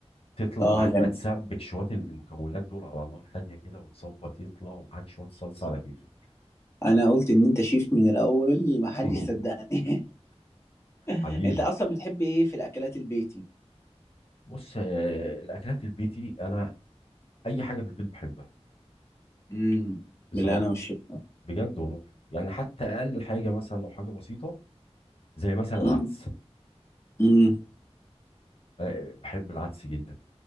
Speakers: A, on the left; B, on the left.
A: تطلع
B: اه
A: معاك بقى
B: جميل
A: تسبك شويه المكونات دول على نار هاديه كده وتظبط يطلع ومعاك شويه صلصه على كيفك
B: انا قلت ان انت شيف من الاول ما حدش
A: <laughs>
B: صدقني <laughs>
A: حبيبي
B: انت اصلا بتحب ايه في الاكلات البيتي
A: بص آه، الاكلات البيتي انا اي حاجه في البيت بحبها
B: امم
A: بصراحه
B: بالله انا والشيف
A: بجد والله يعني حتى اقل حاجه مثلا لو حاجه بسيطه زي مثلا العدس
B: مم. مم.
A: آه، بحب العدس جدا